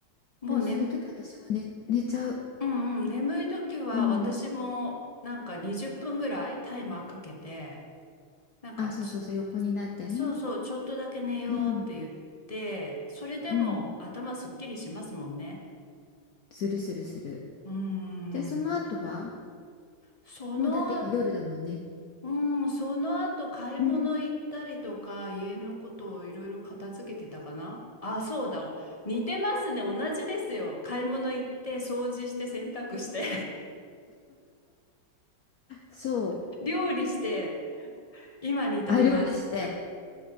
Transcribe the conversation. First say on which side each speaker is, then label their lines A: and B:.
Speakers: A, on the left; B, on the left.
A: もうね、
B: でもそういう時私も寝、寝ちゃう。
A: うんうん、眠い時は私もなんか20分ぐらいタイマーかけて、
B: うん。
A: なんかち
B: あ、そうそうそう、横になってね。
A: そうそう、ちょっとだけ寝ようって言って、
B: うん、
A: それでも頭すっきりしますもんね。
B: うん。するするする。
A: うーん。
B: で、その後は、
A: そのあ、
B: もうだって今夜だもんね。
A: うん、その後買い物行ったりとか、
B: うん。
A: 家のことをいろいろ片付けてたかなあ、そうだ。似てますね。同じですよ。買い物行って、掃除して、洗濯して、
B: そう、
A: <laughs> 料理して、今に至ります。
B: あ、料理して。